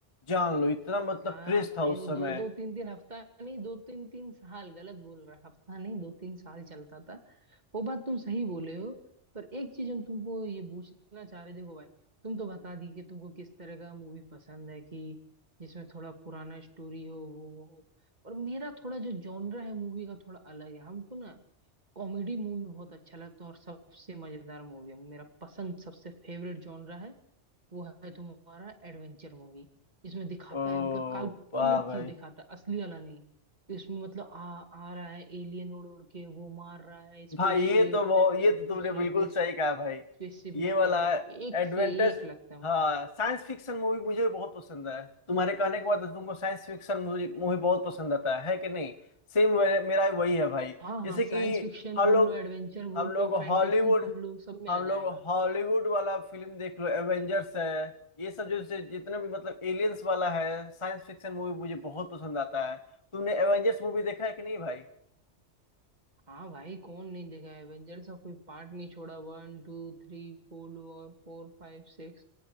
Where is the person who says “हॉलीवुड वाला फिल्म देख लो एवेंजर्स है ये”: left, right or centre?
Left